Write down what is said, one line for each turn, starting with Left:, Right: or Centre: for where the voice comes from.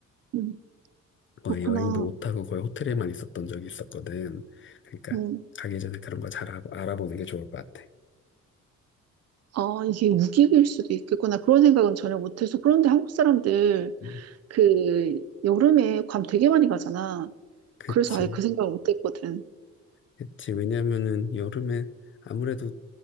Right: 응.
Left: 거의
Right: 그렇구나.
Left: 여행도 못하고 거의 호텔에만 있었던 적이 있었거든. 그러니까
Right: 응.
Left: 가기 전에 그런 거 잘 알아보는 게 좋을 것 같아.
Right: 아, 이게 우기일 수도 있겠구나. 그런 생각은 전혀 못해서. 그런데 한국 사람들
Left: 음.
Right: 그 여름에 괌 되게 많이 가잖아.
Left: 그치.
Right: 그래서 아예 그 생각을 못했거든.
Left: 그치. 왜냐면은 여름에 아무래도